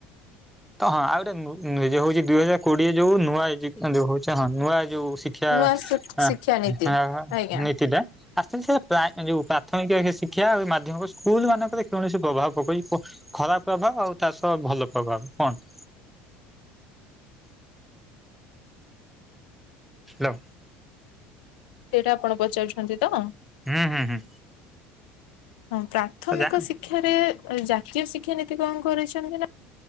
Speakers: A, in the centre; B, on the left (about 80°).
A: ତ ହଁ ଆଉ ଗୋଟେ ନୁ ହଉଛି ଦୁଇ ହଜାର କୋଡିଏ ଯୋଉ ନୂଆ <unintelligible> ନୂଆ ଯୋଉ ଶିକ୍ଷା
B: ନୂଆ
A: ହ
B: ଶିକ୍ଷାନୀତି
A: ହ
B: ଆଜ୍ଞା
A: ନୀତି ଟା <unintelligible> ପ୍ରାଥମିକ ଶିକ୍ଷା ମାଧ୍ୟମ ସ୍କୁଲ ମାନଙ୍କରେ କୌଣସି ପ୍ରଭାବ ପକେଇ <unintelligible> ଖରାପ ପ୍ରଭାବ ଆଉ ତା ସହ ଭଲ ପ୍ରଭାବ କଣ? ହ୍ୟାଲୋ
B: ସେଇଟା ଆପଣ ପଚାରୁଛନ୍ତି ତ?
A: ହୁଁ ହୁଁ ହୁଁ
B: ହଁ ପ୍ରାଥମିକ
A: ଯା
B: ଶିକ୍ଷାରେ ଏ ଜାତୀୟ ଶିକ୍ଷାନୀତି କଣ କରିଛନ୍ତି ନା।